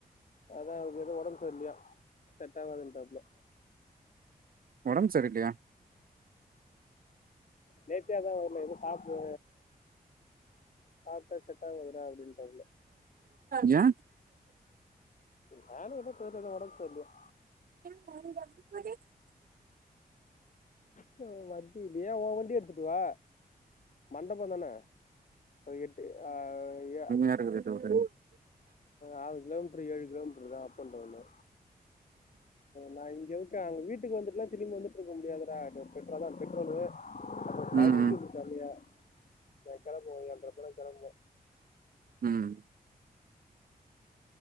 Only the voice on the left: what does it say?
அதா அவருக்கு ஏதோ உடம் செரியில்லையா செட் ஆகதுன்டாப்டுல
நேத்தே அதா வரல எதுவு சாப்ப சாப்பிட்டா செட்டா வருற அப்டின்னு டப்புள்ள
நானு எதோ தெர்ல எதோ ஒடம்பு சரியில்லையா
ஆ வண்டி இல்லையா ஏ ஒ வண்டி எடுத்துட்டு வா மண்டபம் தான எட்டு ஆ யா
ஆறு கிலோமீட்டர் ஏழு கிலோமீட்டர் தா அப் அண்ட் டவுனு நா இங்க இருக்க அங்க வீட்டுக்கு வந்துட்டுலா திரும்பி வந்துட்டு இருக்க முடியாததுடா பெட்ரோ தா பெட்ரோலு ஆ
பசிகிது செமையா என் கிளம்புவ எட்டர போல கிளம்புவ